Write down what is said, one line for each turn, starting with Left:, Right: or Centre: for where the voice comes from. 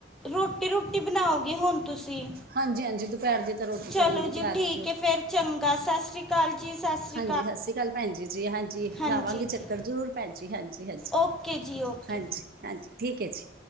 Centre: ਰੋਟੀ ਰੂਟੀ ਬਣਾਓਗੇ ਹੁਣ ਤੁਸੀਂ
Right: ਹਾਂਜੀ, ਹਾਂਜੀ ਦੁਪਹਿਰ ਜੇ ਤਾਂ ਰੋਟੀ
Centre: ਚਲੋ
Right: ਕਰਨੀ ਆ
Centre: ਜੀ
Right: ਤਿਆਰੀ
Centre: ਠੀਕ
Right: ਆ
Centre: ਹੈ ਫਿਰ ਚੰਗਾ ਸਤਿ ਸ਼੍ਰੀ ਅਕਾਲ। ਜੀ ਸਤਿ ਸ਼੍ਰੀ
Right: ਹਾਂਜੀ ਸਤਿ ਸ੍ਰੀ ਅਕਾਲ ਭੈਣ ਜੀ ਜੀ, ਹਾਂਜੀ
Centre: ਹਾਂਜੀ
Right: ਲਾਵਾਂਗੇ ਚੱਕਰ
Centre: ਜੀ
Right: ਜ਼ਰੂਰ ਭੈਣ ਜੀ ਹਾਂਜੀ। ਹਾਂਜੀ,
Centre: ਓਕੇ ਜੀ ਓਕੇ
Right: ਹਾਂਜੀ, ਹਾਂਜੀ ਠੀਕ ਹੈ ਜੀ।